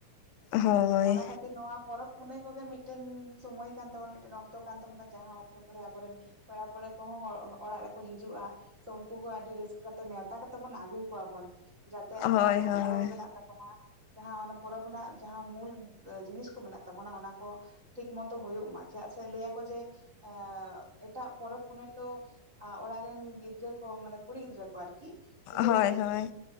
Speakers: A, on the left; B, on the right.
A: ᱦᱳᱭ
B: ᱛᱚ ᱚᱱᱟ ᱠᱷᱟᱹᱛᱤᱨ ᱱᱚᱣᱟ ᱯᱚᱨᱚᱵ ᱯᱩᱱᱟᱹᱭ ᱠᱚᱜᱮ ᱢᱤᱫᱴᱮᱱ᱾ ᱥᱚᱢᱚᱭ ᱠᱟᱱ ᱛᱟᱵᱚᱱᱟ ᱢᱤᱫᱴᱮᱱ ᱚᱠᱛᱚ ᱠᱟᱱ ᱛᱟᱵᱚᱱᱟ ᱡᱟᱸᱦᱟ ᱚᱠᱛᱚ ᱠᱚᱨᱮ ᱟᱵᱚᱨᱮᱱ ᱯᱮᱲᱟ ᱯᱟᱹᱣᱲᱟᱹ᱾ ᱟᱵᱚ ᱦᱚᱸ ᱚᱲᱟᱜ ᱨᱮᱠᱚ ᱦᱤᱡᱩᱜᱼᱟ ᱥᱮ ᱩᱱᱠᱩ ᱠᱚ ᱟᱹᱰᱤ ᱨᱟᱹᱥᱠᱟᱹ ᱠᱟᱛᱮ ᱱᱮᱣᱛᱟ ᱠᱟᱛᱮᱜ ᱵᱚᱱ ᱟᱹᱜᱩ ᱠᱚᱣᱟ ᱵᱚᱱ᱾ ᱡᱟᱛᱮ ᱟᱵᱚᱣᱟᱜ
A: ᱦᱳᱭ
B: ᱡᱟᱸᱦᱟ
A: ᱦᱳᱭ
B: ᱯᱚᱨᱚᱵ ᱢᱮᱱᱟᱜ ᱛᱟᱵᱚᱱᱟ᱾ ᱡᱟᱸᱦᱟ ᱚᱱᱟ ᱯᱚᱨᱚᱵᱽ ᱨᱮᱱᱟᱜ ᱡᱟᱸᱦᱟ ᱢᱩᱞ ᱡᱤᱱᱤᱥ ᱠᱚ ᱢᱮᱱᱟᱜ ᱛᱟᱵᱚᱱᱟ ᱚᱱᱟ ᱠᱚ ᱴᱷᱤᱠ ᱢᱚᱛᱚ ᱦᱩᱭᱩᱜ ᱢᱟ᱾ ᱪᱮᱫᱟᱜ ᱥᱮ ᱞᱟᱹᱭ ᱟᱠᱚ ᱡᱮ ᱮ ᱮᱴᱟᱜ ᱯᱚᱨᱚᱵᱽ ᱯᱩᱱᱟᱹᱭ᱾ ᱛᱚ ᱟᱸ ᱚᱲᱟᱜ ᱨᱮᱱ ᱜᱤᱫᱽᱨᱟᱹ ᱠᱚ, ᱢᱟᱱᱮ ᱠᱩᱲᱤ ᱜᱤᱫᱽᱨᱟᱹ ᱠᱚ ᱟᱨ ᱠᱤᱦ ᱩᱭᱦᱟᱹᱨ
A: ᱦᱳᱭ ᱦᱳᱭ